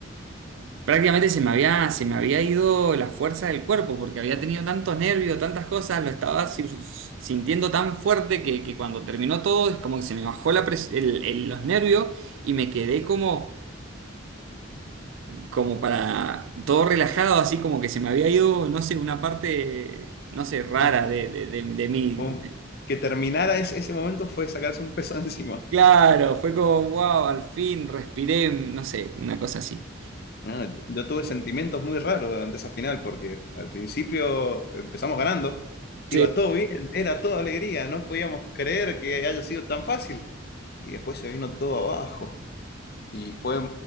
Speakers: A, on the right; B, on the left.
A: prácticamente se me había, se me había ido la fuerza del cuerpo porque había tenido tantos nervios, tantas cosas, lo estaba si- sintiendo tan fuerte que, que cuando terminó todo es como que se me bajó la pres- el- el- los nervios y me quedé como, como para todo relajado, así como que se me había ido, no sé, una parte, no sé, rara
B: Un-
A: de, de, de, de mí.
B: un- que terminara ese, ese momento fue sacarse un peso <laughs> encima.
A: Claro, fue como, wow, al fin respiré, no sé, una cosa así.
B: Ah, Yo tuve sentimientos muy raros durante esa final porque al principio empezamos ganando,
A: Sí,
B: iba todo bien, era toda alegría, no podíamos creer que haya sido tan fácil. Y después se vino todo abajo y fue